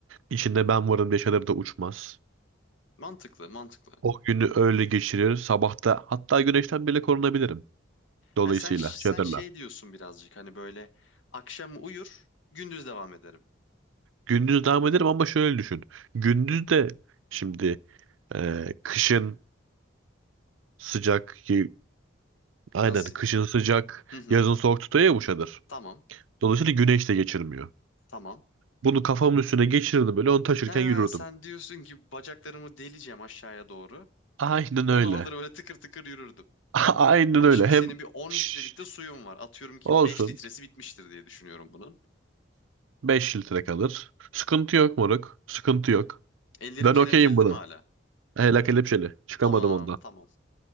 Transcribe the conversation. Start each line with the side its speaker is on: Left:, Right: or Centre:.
Right: İçinde ben varım diye çadır da uçmaz.
Left: Mantıklı mantıklı.
Right: O günü öyle geçirir. Sabahta hatta güneşten bile korunabilirim. Dolayısıyla
Left: Ha, sen sen
Right: çadırla.
Left: şey diyorsun birazcık hani böyle akşam uyur gündüz devam ederim.
Right: Gündüz devam ederim ama şöyle düşün. Gündüz de şimdi e, kışın sıcak, ki aynen
Left: Nasıl?
Right: kışın sıcak,
Left: Hı hı.
Right: yazın soğuk tutuyor ya bu çadır.
Left: Tamam.
Right: Dolayısıyla güneş de geçirmiyor.
Left: Tamam.
Right: Bunu kafamın üstüne geçirirdim böyle onu taşırken
Left: Ee,
Right: yürürdüm.
Left: sen diyorsun ki bacaklarımı deleceğim aşağıya doğru.
Right: Aynen öyle.
Left: Onu alır böyle tıkır tıkır yürürdüm.
Right: <laughs> Aynen
Left: Ama
Right: öyle.
Left: şimdi
Right: Hem
Left: senin bir 10
Right: şş
Left: litrelik de suyun var. Atıyorum ki
Right: olsun
Left: 5 litresi bitmiştir diye düşünüyorum bunun.
Right: 5 litre kalır. Sıkıntı yok moruk. Sıkıntı yok.
Left: Ellerin
Right: Ben
Left: kelepçeli
Right: okeyim bunu.
Left: değil mi hala?
Right: Hele kelepçeli. Çıkamadım
Left: Tamam,
Right: ondan.
Left: tamam.